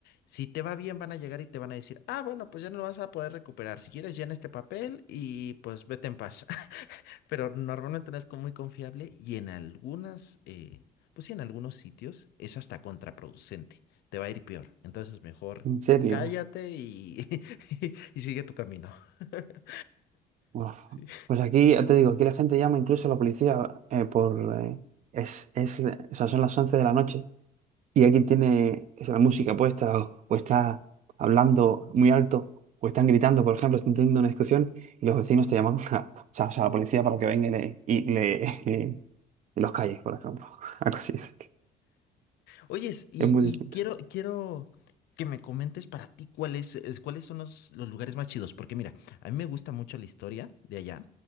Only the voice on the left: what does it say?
si te va bien van a llegar y te van a decir, ah, bueno, pues ya no lo vas a poder recuperar. Si quieres, llena este papel y pues vete en paz pero normalmente no es como muy confiable y en algunas, eh, pues sí, en algunos sitios es hasta contraproducente, te va a ir peor. Entonces mejor
cállate y, <laughs> y sigue tu camino. <laughs>
Sí.
Oyes, y,
y
quiero, quiero que me comentes para ti cuáles, es- cuáles son los, los lugares más chidos, porque mira, a mí me gusta mucho la historia de allá